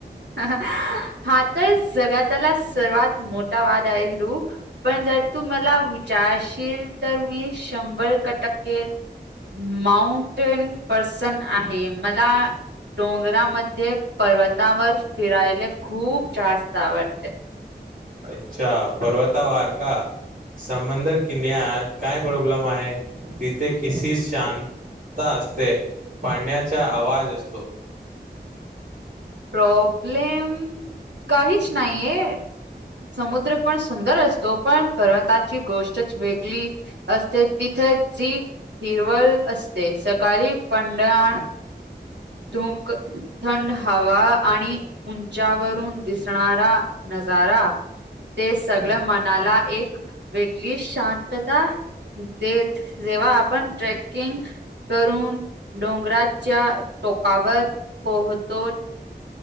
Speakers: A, on the right; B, on the right.
A: हा तर जगातला सर्वात मोठा वाद आहे ध्रु पण जर तू मला विचारशील तर मी शंभर क टक्के माउंटन पर्सन आहे मला डोंगरामध्ये पर्वतावर फिरायला खूप जास्त आवडते.
B: अच्छा पर्वतावार का समंदर किन्यात काय प्रॉब्लम आहे तिथे किसी शांत असते. पाण्याचा आवाज असतो.
A: प्रॉब्लेम काहीच नाहीये. समुद्र पण सुंदर असतो पण पर्वताची गोष्टच वेगली असते तिथे जी हिरवल असते सकाळी पंडान लूक थंड हवा आणि उंचावरून दिसणारा नजारा ते सगळं मनाला एक वेगळी शांतता देत जेव्हा आपण ट्रेकिंग करून डोंगराच्या टोकावर पोहतो.